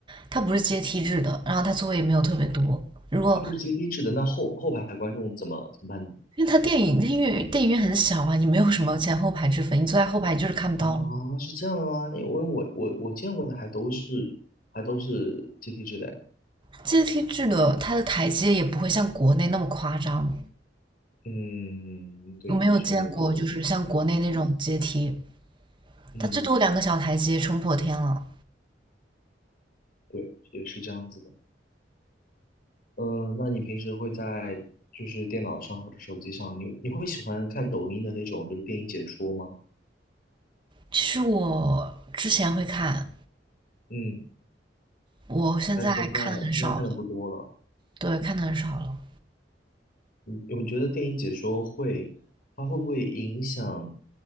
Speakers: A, on the right; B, on the left.
A: 它不是阶梯制的，然后它座位也没有特别多。如果
B: 它不是阶梯制的，那后后排观众怎么怎么办呢？
A: 因为它电影电影院电影院很小啊，你没有什么前后排之分，你坐在后排你就是看不到了
B: 啊，是这样的吗？因为我我我见过的还都是还都是阶梯制的哎。
A: 阶梯制的，它的台阶也不会像国内那么夸张，
B: 嗯，对，
A: 我没有见过，
B: 你说的有道理。
A: 就是像国内那种阶梯，
B: 这嗯，
A: 它最多两个小台阶冲破天了。
B: 对，也是这样子的。嗯，那你平时会在就是电脑上或者手机上，你你会喜欢看抖音的那种就是电影解说吗？
A: 其实我之前会看，
B: 嗯，
A: 我现在看的很少了，
B: 但现在现在看的不多了。
A: 对，看的很少了。
B: 你我觉得电影解说会，它会不会影响？